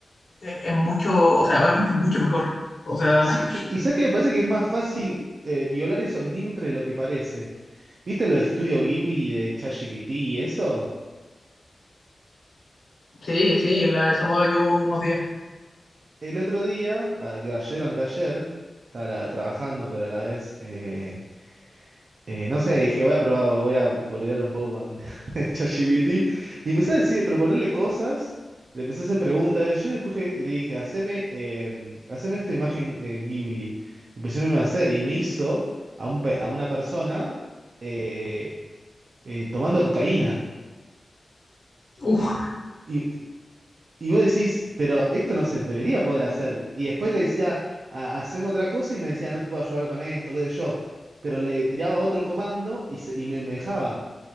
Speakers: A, on the left; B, on the right.
A: es es mucho, o sea, obviamente es mucho mejor. O sea,
B: Sí, y, y sabes que me parece que es más fácil eh, violar esos límites de lo que parece. ¿Viste lo de Estudio Ghibli de ChatGPT y eso?
A: <laughs> sí, sí, en la, esa moda que hubo unos días.
B: El otro día, a- que ayer o anteayer, estaba la- trabajando, pero a la vez, eh, eh, no sé, dije, voy a probar, voy a boludear un poco con <laughs> ChatGPT. Y empecé a decir, proponerle cosas, le empecé a hacer preguntas yo y después le dije, haceme, eh, haceme esta imagen eh, Ghibli. Y Empecé a hacer y me hizo a, un, pe- a una persona. eh, eh, tomando cocaína.
A: Uf,
B: Y, y vos decís, pero esto no se debería poder hacer. Y después le decía, "Ha- haceme otra cosa y me decía, no te puedo ayudar con esto, qué sé yo. Pero le tiraba otro comando y, se- y me, me dejaba.